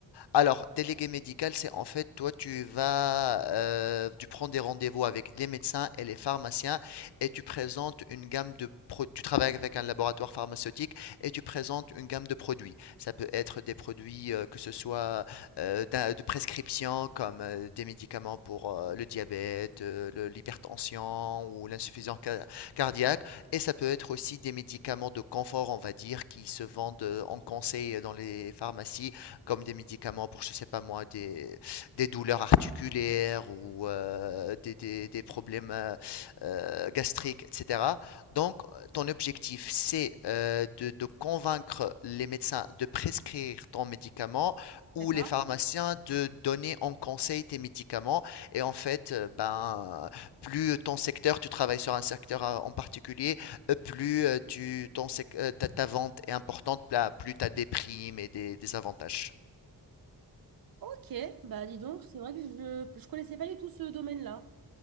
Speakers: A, on the left (about 80°); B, on the right (about 60°).
A: Alors, délégué médical, c'est en fait, toi, tu vas, euh, tu prends des rendez-vous avec les médecins et les pharmaciens et tu présentes une gamme de pro- tu travailles avec un laboratoire pharmaceutique et tu présentes une gamme de produits. Ça peut être des produits euh, que ce soit euh, d'un- de prescription comme euh, des médicaments pour euh, le diabète, euh, le- l'hypertension ou l'insuffisance ca- cardiaque et ça peut être aussi des médicaments de confort, on va dire, qui se vendent euh, en conseil euh, dans les pharmacies comme des médicaments pour, je sais pas moi, des, des douleurs articulaires ou euh, des, des- des problèmes euh, euh, gastriques, etc. Donc, ton objectif, c'est euh, de, de convaincre les médecins de prescrire ton médicament ou
B: D'accord.
A: les pharmaciens de donner en conseil tes médicaments. Et en fait, euh, ben, plus ton secteur, tu travailles sur un secteur euh, en particulier, euh, plus euh, tu, ton sec- euh, ta, ta vente est importante, là, plus tu as des primes et des des avantages.
B: Ok, bah dis donc, c'est vrai que je ne connaissais pas du tout ce domaine-là.